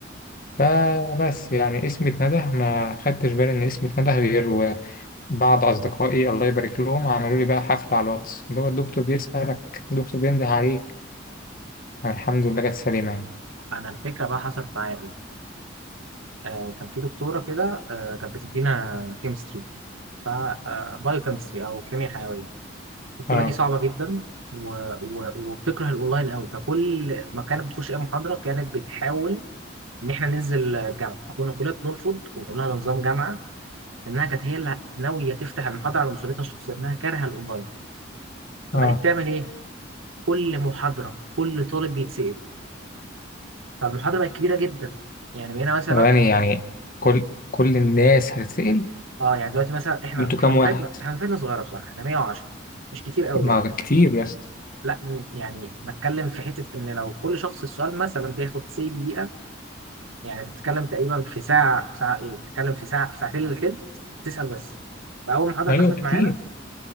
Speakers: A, on the left; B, on the right.
A: فبس يعني اسمي اتنده ما خدتش بالي إن اسمي اتنده غير بعض أصدقائي الله يبارك لهم عملوا لي بقى حفلة على الواتس اللي هو الدكتور بيسألك الدكتور بينده عليك الحمد لله جت سليمة يعني
B: أنا الفكرة بقى حصلت معايا إيه آه كان في دكتورة كده آه كانت بتدينا كيمستري ف بايو كيمستري أو كيمياء حيوية البطوله
A: اه
B: دي صعبه جدا و... و... وبتكره الاونلاين قوي فكل ما كانت بتخش اي محاضره كانت بتحاول ان احنا ننزل جامعه فكنا كلنا بنرفض ونقول لها ده نظام جامعه لانها كانت هي اللي ناويه تفتح المحاضره على مسؤوليتها الشخصيه انها كارهه الاونلاين فبقت
A: اه
B: تعمل ايه كل محاضره كل طالب بيتسال فالمحاضره بقت كبيره جدا يعني بقينا مثلا
A: ثواني يعني كل كل الناس هتتسأل
B: اه يعني دلوقتي مثلا احنا
A: انتوا كام
B: احنا دفعتنا
A: واحد؟
B: احنا دفعتنا صغيره بصراحه احنا 110 مش كتير قوي
A: طب ما
B: يعني
A: كتير يا اسطى
B: لا يعني بتكلم في حته ان لو كل شخص السؤال مثلا بياخد سي دقيقه يعني بتتكلم تقريبا في ساعة ساعة إيه بتتكلم في ساعة في ساعتين إلا تلت تسأل بس فأول ما الحضرة
A: ايوه
B: دخلت
A: كتير
B: معانا